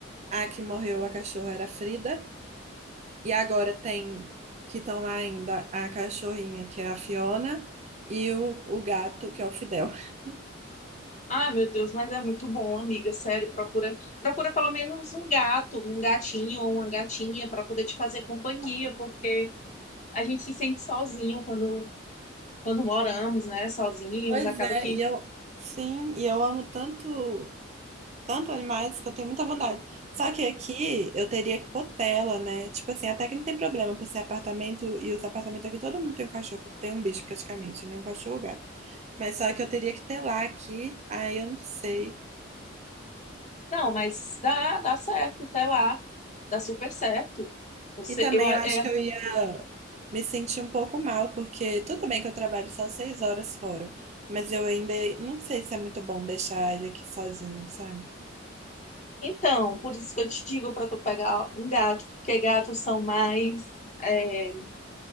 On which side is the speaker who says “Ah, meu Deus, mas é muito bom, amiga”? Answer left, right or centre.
Left